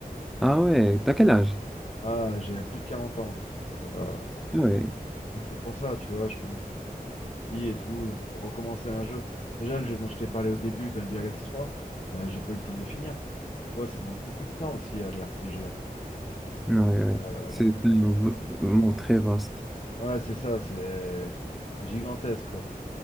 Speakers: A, in the centre; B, on the left.
A: Ah ouais, t'as quel âge?
B: Ah, j'ai euh, plus de 40 ans. Donc, euh,
A: Ah Ouais,
B: donc c'est pour ça, tu vois, je fais des petits et tout. Donc, recommencer un jeu. Déjà, le jeu dont je t'ai parlé au début, Baldur's Gate 3, euh, j'ai pas eu le temps de le finir. Tu vois, ça demande beaucoup de temps aussi, euh, les RPG. hein.
A: ouais, ouais.
B: Euh,
A: C'est
B: donc, c'est-
A: un v- monde très vaste.
B: ouais, c'est ça, c'est c'est gigantesque, quoi.